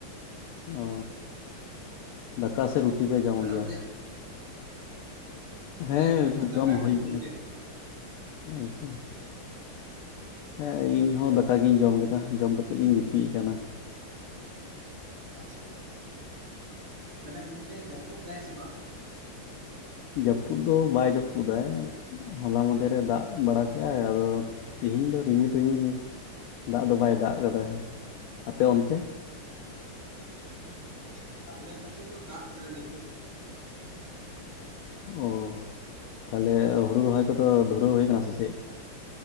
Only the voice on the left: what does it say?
ᱚ ᱫᱟᱠᱟ ᱥᱮᱫ ᱨᱩᱴᱤ ᱯᱮ ᱡᱚᱢᱚᱜ
ᱜᱮᱭᱟ?
ᱦᱮᱸ
ᱡᱚᱢ ᱦᱩᱭ
ᱠᱟᱱᱟ, ᱟᱪᱪᱷᱟ᱾ ᱦᱮᱸ ᱤᱧ ᱦᱚ ᱫᱟᱠᱟ ᱜᱤᱧ ᱡᱚᱢ ᱠᱮᱫᱟ ᱡᱚᱢ ᱠᱟᱛᱮᱫ ᱜᱤᱧ ᱜᱤᱛᱤᱡ ᱠᱟᱱᱟ᱾
ᱡᱟᱹᱯᱩᱫ ᱫᱚ ᱵᱟᱭ ᱡᱟᱹᱯᱩᱫᱟᱭ ᱦᱚᱞᱟ ᱢᱟᱫᱷᱮᱨ ᱮ ᱫᱟᱜ ᱵᱟᱲᱟ ᱠᱮᱭᱟᱭ, ᱟᱫᱚ ᱛᱮᱤᱦᱮᱤᱧ ᱫᱚ ᱨᱤᱢᱤᱞᱻ ᱨᱤᱢᱤᱞ ᱫᱟᱜ ᱫᱚ ᱵᱟᱭ ᱫᱟᱜ ᱠᱟᱫᱟ, ᱟᱯᱮ ᱚᱱᱛᱮ?
ᱚ ᱛᱟᱦᱚᱞᱮ ᱦᱩᱲᱩ ᱨᱚᱦᱚᱭ ᱠᱚᱫᱚ ᱫᱷᱩᱨᱟᱹᱣ ᱦᱩᱭ ᱠᱟᱱᱟ ᱥᱮ ᱪᱮᱫ?